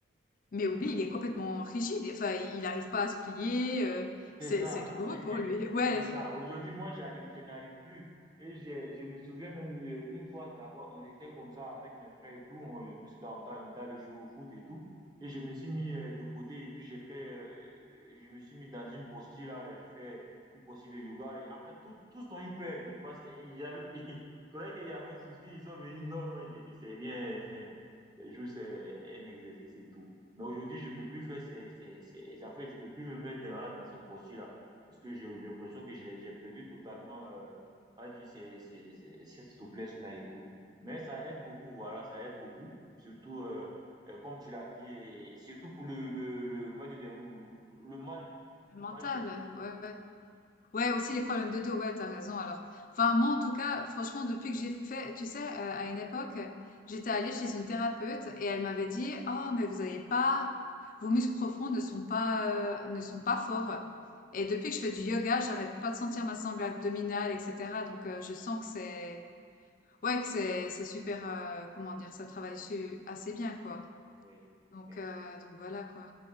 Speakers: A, on the left (about 45°); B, on the right (about 20°).
A: mais oublie, il est complètement rigide. Enfin, il n'arrive pas à se plier. euh,
B: C'est
A: c'est,
B: ça,
A: c'est douloureux pour lui.
B: <laughs>
A: <laughs> Ouais,
B: c'est ça. Aujourd'hui, moi, j'arrive, je n'arrive plus. Et j'ai- je me souviens même euh, une fois d'avoir, on était comme ça avec mes frères et tout, on, euh, parce que t'as- on t'a on t'a le jeu au foot et tout. Et je me suis mis euh, de côté et puis j'ai fait, euh, je me suis mis dans une posture là, et je fais une posture de yoga. Et en fait, tous tous sont hyper. Ils pensent, il y avait, <laughs> ils croyaient qu'il y avait un souci. Ils sont venus, non, non, il- il- c'est rien, c'est Le jeu, c'est juste euh, un exercice et tout. Mais aujourd'hui, je peux plus faire ces, ces, ces- en fait, je peux plus me mettre dans, dans ce posture-là. Parce que j'ai j'ai l'impression que j'ai j'ai perdu totalement, euh, on va dire, ces- ces- ces- cette souplesse-là et tout. Mais ça aide beaucoup, voilà, ça aide beaucoup. Surtout, euh, euh, comme tu l'as dit, et surtout pour le, le, le, on va dire, le, le mal,
A: le
B: le
A: mental.
B: mal de tout
A: Ouais.
B: Mhm.
A: Ouais, aussi les problèmes de dos. ouais, t'as raison. Alors, enfin, moi, en tout cas, franchement, depuis que j'ai fait, tu sais, euh, à une époque, j'étais allée chez une thérapeute et elle m'avait dit, Oh, mais vous n'avez pas, vos muscles profonds ne sont pas, euh, ne sont pas forts. Et depuis que je fais du yoga, j'arrête pas de sentir ma sangle abdominale, etc. Donc, euh, je sens que c'est, ouais, que c'est, c'est super, euh, comment dire, ça travaille su- assez bien, quoi.
B: Oui.
A: Donc,
B: Oui.
A: euh, donc voilà, quoi.